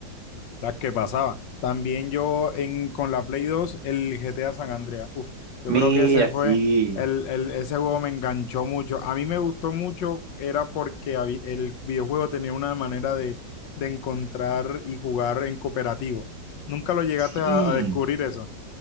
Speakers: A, on the left; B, on the right.
A: Las que pasaba. También yo en, con la Play dos el GTA San Andreas. Uf, yo
B: Mira,
A: creo que ese fue,
B: sí,
A: el, el- ese juego me enganchó mucho. A mí me gustó mucho, era porque habí- el videojuego tenía una manera de, de encontrar y jugar en cooperativo. ¿Nunca lo llegaste
B: sí.
A: a, a descubrir eso?